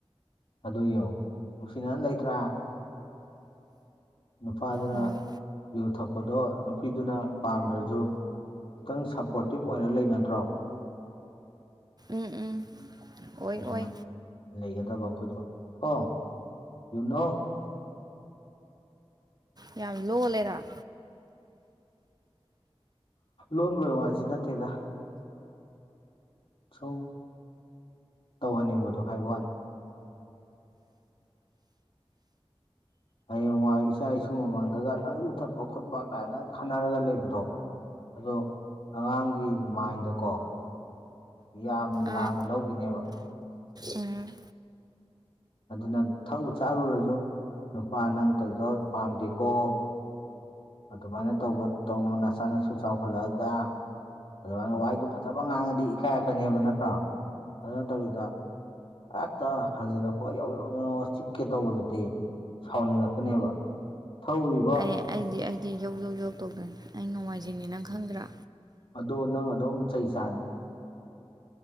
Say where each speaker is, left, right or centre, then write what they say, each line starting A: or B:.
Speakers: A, on the left; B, on the right.
A: ꯑꯗꯨ ꯌꯦꯡꯉꯨ ꯅꯨꯡꯁꯤꯅꯅ ꯂꯩꯇ꯭ꯔꯥ ꯅꯨꯄꯥꯗꯨꯅ
B: ꯍꯣꯏ
A: ꯌꯨ ꯊꯛꯄꯗꯣ ꯅꯨꯄꯤꯗꯨꯅ ꯄꯥꯝꯗ꯭ꯔꯖꯨ ꯈꯤꯇꯪ ꯁꯞꯄꯣꯔꯇꯤꯞ ꯑꯣꯏꯔ ꯂꯩꯅꯗ꯭ꯔꯣ꯫
B: ꯎꯝ ꯎꯝ ꯑꯣꯏ
A: ꯑꯗꯨꯃꯥꯏ
B: ꯑꯣꯏ
A: ꯂꯩꯒꯗꯕ ꯑꯩꯈꯣꯏꯖꯨ ꯀꯣ ꯌꯨꯅꯣ꯫
B: ꯌꯥꯝ ꯂꯣꯜꯂꯦꯗ
A: ꯂꯣꯟꯕꯩ ꯋꯥꯖꯤ ꯅꯠꯇꯦꯗ ꯁꯨꯝ ꯇꯧꯍꯟꯅꯤꯡꯕꯗꯣ ꯍꯥꯏꯕ ꯋꯥꯅꯤ꯫ ꯍꯌꯦꯡꯋꯥꯏ ꯏꯆꯥ ꯏꯁꯨ ꯃꯃꯥꯡꯗꯒ ꯅꯪ ꯌꯨꯊꯠꯄ ꯈꯣꯠꯄ ꯀꯥꯏꯅ ꯈꯟꯅꯔꯒ ꯂꯩꯕꯗꯣ ꯑꯗꯣ ꯑꯉꯥꯡꯒꯤ ꯃꯥꯏꯟꯗꯀꯣ ꯌꯥꯝ ꯂꯥꯟꯅ
B: ꯑꯥ
A: ꯂꯧꯒꯤꯅꯦꯕ
B: ꯎꯝ
A: ꯑꯗꯨꯅ ꯊꯛꯎ ꯆꯥꯔꯨꯔꯖꯨ ꯅꯨꯄꯥ ꯅꯪ ꯇꯧꯏꯗꯣ ꯄꯥꯝꯗꯦꯀꯣ ꯑꯗꯨꯃꯥꯏꯅ ꯇꯧꯕ ꯇꯧꯅꯨ ꯅꯆꯥꯥ ꯅꯁꯨ ꯆꯥꯎꯈꯠꯂꯛꯑꯒꯥ ꯑꯗꯨꯃꯥꯏꯅ ꯋꯥꯍꯩꯗꯨ ꯐꯖꯕ ꯉꯥꯡꯉꯗꯤ ꯏꯀꯥꯏꯑꯛꯀꯅꯦꯕ ꯅꯠꯇ꯭ꯔꯥ ꯑꯗꯨ ꯅꯠꯇꯕꯤꯗ ꯍꯦꯛꯇ ꯍꯟꯖꯤꯜꯂꯛꯄꯒ ꯌꯧ ꯌꯧ ꯌꯧꯅ ꯆꯤꯛꯀꯦ ꯇꯧꯕꯗꯨꯗꯤ ꯁꯥꯎꯅꯤꯡꯉꯛꯀꯅꯦꯕ ꯊꯧꯔꯤꯕ
B: ꯑꯦ ꯑꯩꯗꯤ ꯑꯩꯗꯤ ꯌꯧ ꯌꯧ ꯌꯧꯗꯧꯗꯅꯤ ꯑꯩ ꯅꯣꯡꯉꯥꯏꯖꯤꯡꯅꯤ ꯅꯪ ꯈꯪꯗ꯭ꯔꯥ
A: ꯑꯗꯣ ꯅꯪ ꯑꯗꯨꯝ ꯆꯩ ꯆꯥꯅꯤ